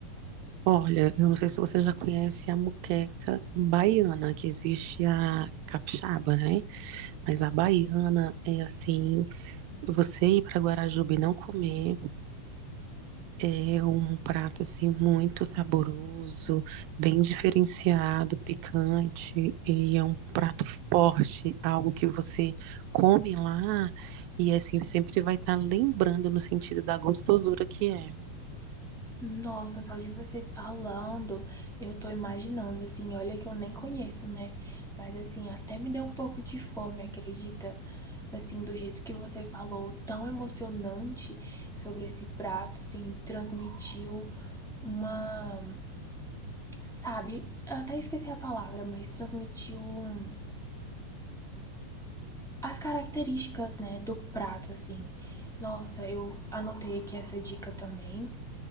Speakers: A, on the right (about 85°); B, in the centre.
A: Olha, eu não sei se você já conhece a muqueca baiana, que existe a capixaba, né? Mas a baiana é assim, você ir para Guarajuba e não comer. É um prato assim muito saboroso, bem diferenciado, picante e é um prato forte, algo que você come lá e assim sempre vai estar lembrando no sentido da gostosura que é.
B: Nossa, só de você falando, eu tô imaginando, assim, olha que eu nem conheço, né? Mas assim, até me deu um pouco de fome, acredita? Assim, do jeito que você falou, tão emocionante sobre esse prato, assim, transmitiu uma, sabe, eu até esqueci a palavra, mas transmitiu um- as características, né, do prato, assim. Nossa, eu anotei aqui essa dica também,